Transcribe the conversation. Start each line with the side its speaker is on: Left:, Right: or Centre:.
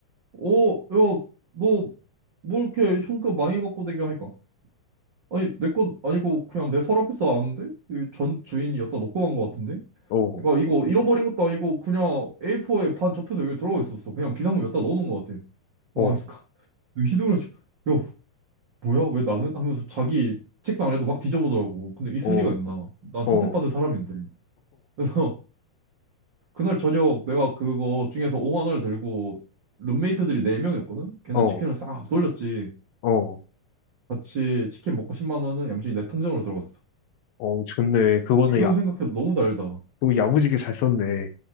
Right: 어, 야, 너, 뭐 이렇게 현금 많이 갖고 댕겨 하니까. 아니, 내 건 아니고 그냥 내 서랍에서 나왔는데? 이전 주인이 여기다 놓고 간 거 같은데?
Left: 어,
Right: 그러니까 이거 잃어버린 것도 아니고 그냥 A4에 반 접혀서 여기 들어가 있었어. 그냥 비상금 여기다 넣어놓은 거 같아. 어,
Left: 어,
Right: 그러니까 휘두르는 중. 야, 뭐야? 왜 나는? 하면서 자기 책상 아래도 막 뒤져보더라고. 근데 있을
Left: 어, 어,
Right: 리가 있나? 난 선택받은
Left: 어,
Right: 사람인데. 그래서 <laughs> 그날 저녁 내가 그거 중에서 5만 원을 들고 룸메이트들이 4명이었거든? 걔는
Left: 어,
Right: 치킨을
Left: 어,
Right: 싹 돌렸지.
Left: 어,
Right: 같이 치킨 먹고 10만 원은 얌전히 내 통장으로 들어갔어.
Left: 어, 좋네. 그거는
Right: 지금
Left: 야,
Right: 생각해도 너무 달다.
Left: 또 야무지게 잘 썼네.